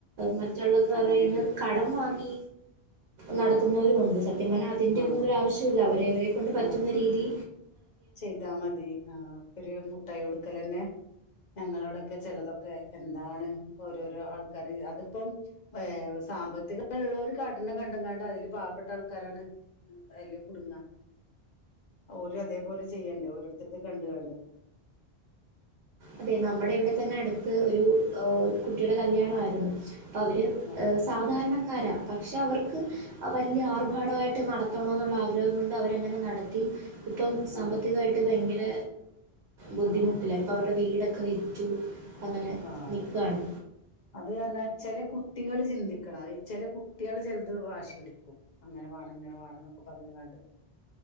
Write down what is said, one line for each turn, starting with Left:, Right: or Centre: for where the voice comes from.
Right: മ റ്റുള്ള ക്കാറയിന്നു
Left: അങ്ങനെയുണ്ട്
Right: കടം വാങ്ങി നടത്തുന്നവരൂണ്ട്
Left: ആ
Right: സത്യം പറഞ്ഞാ അതിന്റെ
Left: ആഹ്
Right: ഒന്നും ഒരു ആവശ്യല്ല അവരവരെ കൊണ്ട് പറ്റുന്ന
Left: ആഹ്
Right: രീതി
Left: ചെയ്താ മതി ആ ഒര് മുട്ടായി കൊടുക്കലന്നെ ഞങ്ങളോടൊക്കെ ചെലതൊക്കെ എന്താണ് ഓരോരോ ആൾക്കാര് അതിപ്പോം ഏ സാമ്പത്തികള്ളോര് കാട്ടണ കണ്ടങ്ങാണ്ട് അതിൽ പാവപ്പെട്ട ആൾക്കാരാണ് അയിൽ കുടുങ്ങാ ഓലും അതെ പോലെ ചെയ്യണ്ടേ ഓരോരുത്തരത്ത് കണ്ടുകാണ്ട്
Right: അതേ നമ്മുടെ ഇവിടെ തന്നെ അടുത്ത് ഒരു ഏ കുട്ടിയുടെ കല്യാണായിരുന്നു അവര്
Left: ആഹ്
Right: സാധാരണ ക്കാരാ പക്ഷെ അവർക്ക് വല്ല്യ ആർഭാടവായിട്ട് നടത്തണോന്നുള്ള ആഗ്രഹം കൊണ്ട് അവരങ്ങനെ നടത്തി ഇപ്പം സാമ്പത്തികായിട്ട്
Left: ആഹ്
Right: ഭയങ്കര ബുദ്ധിമുട്ടിലായി
Left: ആഹ്
Right: അവരെ വീടൊക്കെ വിറ്റു അങ്ങനെ
Left: ആഹ്
Right: നിക്കുകയാണ്
Left: അത് തന്നെ ചെല കുട്ടികൾ ചിന്തിക്കണം ചെല കുട്ടികൾ ചിലത് വാശി പിടുക്കും അങ്ങനെ വേണം ഇങ്ങനെ വേണം എന്നൊക്കെ പറഞ്ഞുങ്ങാണ്ട്.